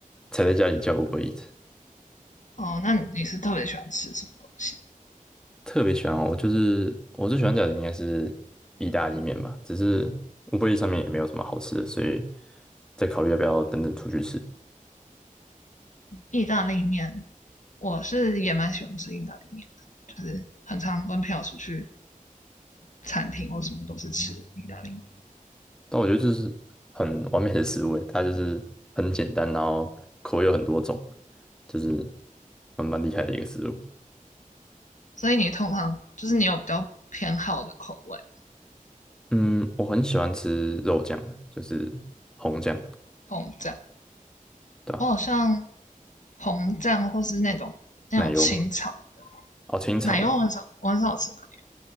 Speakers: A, in the centre; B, on the left (about 60°).
A: 才在家里叫 Uber e a t
B: 哦，那你是特别喜欢吃什么东西？
A: 特别喜欢哦，我就是我最喜欢叫的应该是意大利面吧，只是乌 b e 上面也没有什么好吃的，所以在考虑要不要等等出去吃。
B: 意大利面，我是也蛮喜欢吃意大利面的，就是很常跟朋友出去餐厅或什么都是吃意大利面。
A: 但我觉得这是很完美的食物诶，它就是很简单，然后口味有很多种，就是蛮蛮厉害的一个食物。
B: 所以你通常就是你有比较偏好的口味，
A: 嗯，我很喜欢吃肉酱，就是红酱。
B: 红酱，
A: 对吧？
B: 我好像红酱或是那种那种清炒的
A: 奶油嘛，哦，清炒的，
B: 奶油，我很少我很少吃奶油，